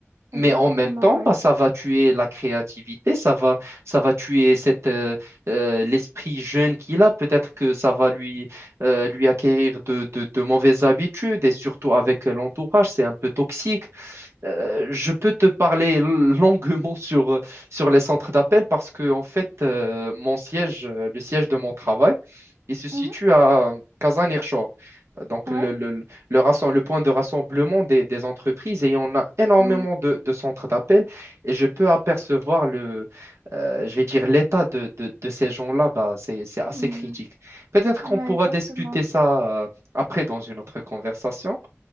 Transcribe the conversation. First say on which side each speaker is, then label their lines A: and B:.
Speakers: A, on the right; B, on the right.
A: Exactement,
B: Mais en même temps,
A: ouais.
B: bah, ça va tuer la créativité, ça va, ça va tuer cette, euh, euh, l'esprit jeune qu'il a. Peut-être que ça va lui, euh, lui acquérir de, de- de mauvaises habitudes et surtout avec l'entourage, c'est un peu toxique. Euh, je peux te parler longuement sur, euh, sur les centres d'appel parce que, en fait, euh, mon siège, euh, le siège de mon travail, il se situe
A: Mhm,
B: à Kazan-Irshor. Donc,
A: Ouais,
B: le, le, le, rassem- le point de rassemblement des, des entreprises et on a énormément
A: ouais.
B: de, de centres d'appel et je peux apercevoir le, euh, je vais dire, l'état de, de, de ces gens-là, bah, c'est, c'est assez
A: Mm,
B: critique. Peut-être qu'on
A: Ouais,
B: pourra
A: exactement.
B: discuter ça euh, après dans une autre conversation